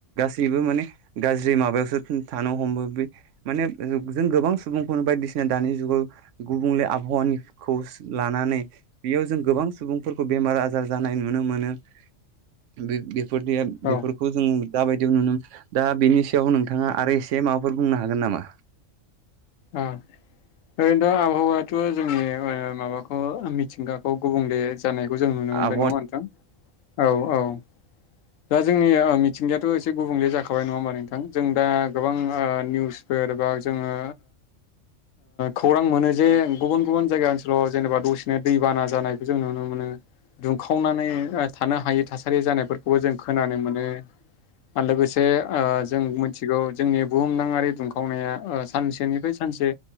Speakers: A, on the right; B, on the left.
A: दैबो माने गाज्रि माबायावसो थानो हमबोबाय माने जों गोबां सुबुंखौनो बायदिसिना दानि जुगाव गुबुंले आबहावानिखौ लानानै बेयाव जों गोबां सुबुंफोरखौ बेमार बेमार आजार जानाय नुनो मोनोफोर
B: औ
A: बेफोरखौ जों जाबायदियाव नुनो दा बेनि सायाव नोंथाङा आरो एसे माबाफोर बुंनो हागोन नामा
B: उम ओरैनोथ' आबहावायाथ' जोंनि माबाखौ मिथिंगाखौ गुबुंले जानायखौ जों नुनो मोनबाय
A: आबहावा
B: नङा नोंथां औ औ दा जोंनि मिथिंगायाथ एसे गुबुंले जाखाबाय नङा होमबा नोंथां जों दा गोबां निउसफोर सोरबा जोङो खौरां मोनो जे गुबुन गुबुन जायगा ओनसोलाव जेनेबा दसेनो दैबाना ज जानायखौ जों नुनो मोनो दुंखावनानैओ थानो हायि थासारि जानाय फोरखौ खौबो जों खोनानो मोनो आरो ओ लोगोसे जों मिथिगौ जोंनि बुहुमदाङि दुंखावनाया ओ सानसेनिफ्राय सान मोनसे